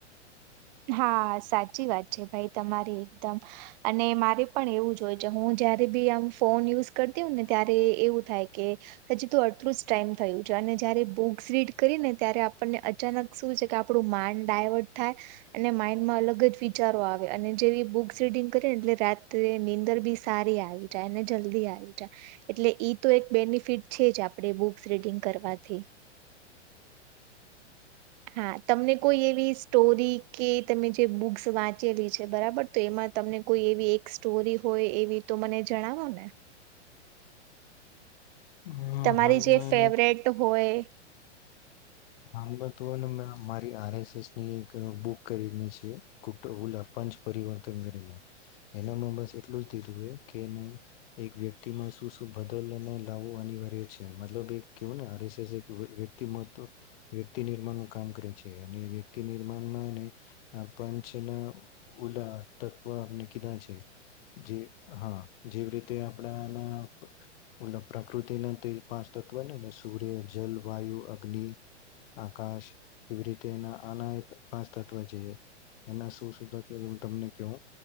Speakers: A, on the right; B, on the left.
A: હા સાચી વાત છે ભાઈ તમારી એકદમ અને મારે પણ એવું જો હોય છે હું જયારે બી આમ ફોન યુઝ કરતી હોય ને ત્યારે એવું થાય કે હજી તો આટલું જ ટાઈમ થયું છે અને જયારે બુક્સ રીડ કરી ને ત્યારે આપણને અચાનક શું છે કે આપણું માઇન્ડ ડાયવર્ટ થાય અને માઈન્ડમાં અલગ જ વિચારો આવે અને જેવી બુક્સ રીડિંગ કરી ને એટલે રાત્રે નીંદર બી સારી આવી જાય અને જલ્દી આવી જાય એટલે તો એક બેનિફિટ છે જ આપણે બુક્સ રીડિંગ કરવાથી હા તમને કોઈ એવી સ્ટોરી કે તમે જે બુક્સ વાંચેલી છે બરાબર તો એમાં તમને કોઈ એવી એક સ્ટોરી હોય એવી તો મને જણાવો ને.
B: હા
A: તમારી
B: હાલમાં
A: જે ફેવરેટ
B: એને
A: હોય.
B: હાલમાં તો હેને ને મે મારી આર એસ એસ ની એક બુક કરીને છે કૂકડ હુલા પંચ પરિવર્તન કરીને એનામાં બસ એટલું જ દીધું હે કે એક વ્યક્તિમાં શું શું બદલાવો અને લાવવો અનિવાર્ય છે મતલબ એક કેવું ને આર એસ એસ એક વ્યક્તિમાં વ્યકિતની મનોકામ કરે છે અને વ્યક્તિ નિર્માણમાં હેને આ પંચના ઉલા તત્વ આપણે કીધા છે જે હા જેવી રીતે આપણાના ઓલા પ્રકૃતિના તે પાંચ તત્વનેને સૂર્ય, જલ, વાયુ, અગ્નિ આકાશ એવી રીતે એના આનાય પાંચ તત્વ છે એના શોધ હું તમને કેવું